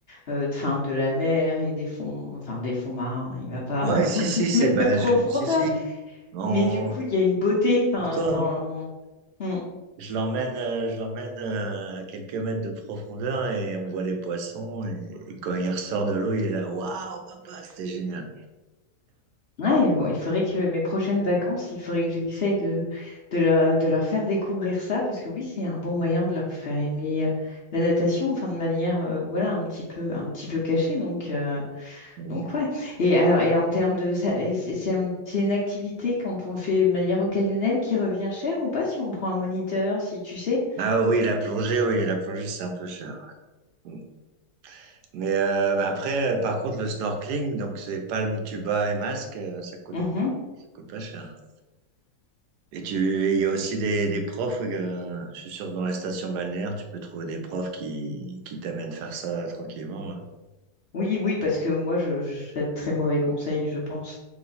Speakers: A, on the left (about 55°); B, on the right (about 85°).
A: euh, enfin, de la mer et des fonds, enfin des fonds marins, il va pas
B: Ouais, si,
A: <laughs>
B: si, c'est,
A: mettre
B: bah,
A: de profondeur.
B: je- si, si. On,
A: Mais du coup, il y a une beauté, enfin,
B: toi,
A: dans
B: hein.
A: le- Hmm.
B: je l'emmène, euh, je l'emmène, euh, à quelques mètres de profondeur et on voit les poissons et, et quand il ressort de l'eau, il est là, waouh, papa, c'était génial.
A: Ouais, bon, il faudrait que mes prochaines vacances, il faudrait que j'essaye de, de, leur, de leur faire découvrir ça, parce que oui, c'est un bon moyen de leur faire aimer euh, la natation, enfin de manière, euh, voilà, un petit peu, un petit peu cachée. Donc, euh,
B: Mhm.
A: donc ouais. Et alors, et en termes de, ça- et c'est c'est un- c'est une activité quand on le fait de manière occasionnelle qui revient cher ou pas si on prend un moniteur, si tu sais?
B: Ah oui, la plongée, oui, la plongée, c'est un peu cher. Mhm. Mais, euh, mais après, euh, par contre, le snorkeling, donc c'est palme, tuba et masque, euh, ça coûte,
A: Mhm.
B: ça coûte pas cher. Et tu, et il y a aussi des, des profs, euh, je suis sûr que dans les stations balnéaires, tu peux trouver des profs qui, qui t'amènent faire ça tranquillement. hein.
A: Oui, oui, parce que moi, je, je serais de très mauvais conseil, je pense.